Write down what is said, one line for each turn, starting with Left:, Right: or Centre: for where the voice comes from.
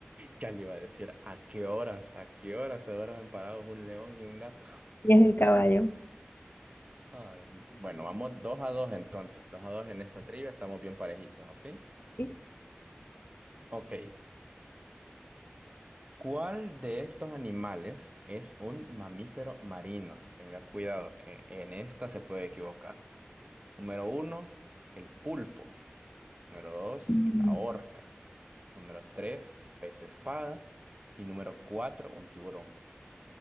Right: Ya le iba a decir, ¿a qué horas, a qué horas se duermen parados un león y un gato? <laughs>
Left: Y es el caballo.
Right: Ay, Bueno, vamos dos a dos entonces, dos a dos en esta trivia, estamos bien parejitos, ¿ok?
Left: ¿sí?
Right: Ok, ¿cuál de estos animales es un mamífero marino? Tenga cuidado que en esta se puede equivocar. Número uno, el pulpo. Número dos,
Left: Mm.
Right: la orca. Número tres, pez espada. Y número cuatro, un tiburón.